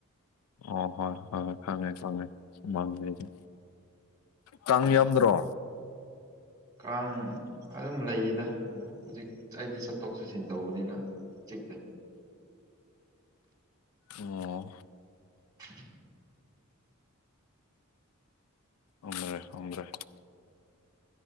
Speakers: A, on the left; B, on the right.
A: ꯑꯣ ꯍꯣꯏ ꯍꯣꯏ ꯈꯥꯡꯉꯦ ꯈꯥꯡꯉꯦ ꯈꯥꯡꯉꯦ ꯁꯨꯃꯥꯡꯂꯦꯁꯦ ꯀꯥꯡ ꯌꯥꯝꯗ꯭ꯔꯣ
B: ꯀꯥꯡ ꯑꯗꯨꯝ ꯂꯩꯗ ꯑ ꯍꯧꯖꯤꯛ ꯑꯩꯗꯤ ꯆꯠꯊꯣꯛ ꯆꯠꯁꯤꯟ ꯇꯧꯕꯅꯤꯅ ꯆꯠꯅ
A: ꯑꯣ
B: <inaudible>
A: ꯎꯝꯔꯦ ꯎꯝꯔꯦ